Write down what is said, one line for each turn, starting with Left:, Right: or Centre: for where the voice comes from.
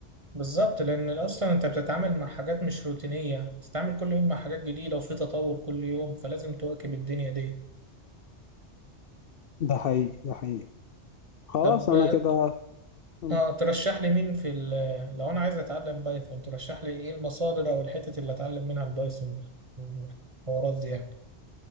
Right: بالظبط لأن أصلا أنت بتتعامل مع حاجات مش روتينية بتتعامل كل يوم مع حاجات جديدة وفي تطور كل يوم فلازم تواكب الدنيا دي
Left: ده حقيقي ده حقيقي خلاص
Right: طب
Left: انا كده مم.
Right: آه ترشح لي مين في ال- لو أنا عايز أتعلم بايثون ترشح لي إيه المصادر أو الحتت اللي أتعلم منها البايثون والحوارات دي يعني